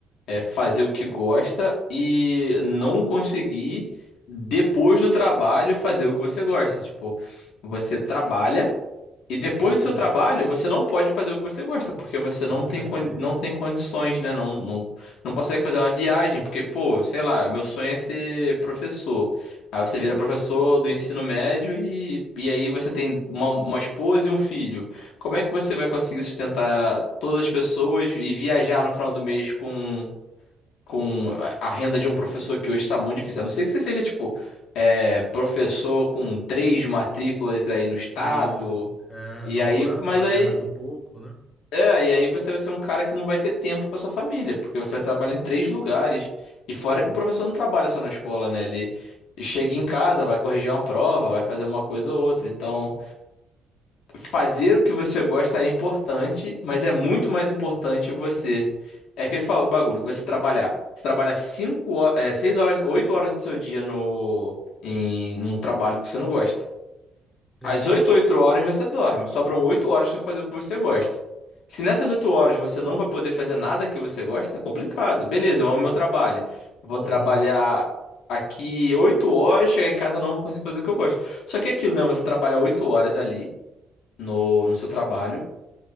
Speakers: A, on the left; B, on the left.
A: é, fazer o que gosta e não conseguir, depois do trabalho, fazer o que você gosta. Tipo, você trabalha. E depois
B: <laughs>
A: do seu trabalho, você não pode fazer o que você gosta, porque você
B: <clears throat>
A: não tem,
B: Perfeito.
A: con- não tem condições, né? Não, não, não consegue fazer uma viagem, porque, pô, sei lá, meu sonho é ser professor. Aí você
B: Uhum.
A: vira professor do ensino médio e, e aí você tem uma, uma esposa e um filho. Como é que você vai conseguir sustentar todas as pessoas e viajar no final do mês com, com a a renda de um professor que hoje está muito difícil? A não ser que você seja, tipo, é, professor com três matrículas aí no estado.
B: Isso. É,
A: E
B: doutorado
A: aí, mas
B: para
A: aí,
B: ganhar mais um pouco, né?
A: é, e aí você vai ser um cara que não vai ter tempo para sua família, porque você vai trabalhar em três lugares. E fora
B: Tá.
A: que o professor não trabalha só na escola, né? Ele chega em casa, vai corrigir uma prova, vai fazer uma coisa ou outra. Então, fazer o que você gosta é importante, mas é muito mais importante você. É aquele fa- bagulho, você trabalhar. Você trabalha cinco, ho- é, seis horas, oito horas do seu dia no, em um trabalho que você não gosta. Às
B: É.
A: oito oito horas você dorme. Sobram 8 horas pra fazer o que você gosta. Se nessas 8 horas você não vai poder fazer nada que você gosta, é complicado. Beleza, eu amo meu trabalho. Vou
B: Uhum.
A: trabalhar aqui 8 horas, chegar em casa eu não vou conseguir fazer o que eu gosto. Só que é aquilo, né? Você trabalha 8 horas ali no, no seu trabalho.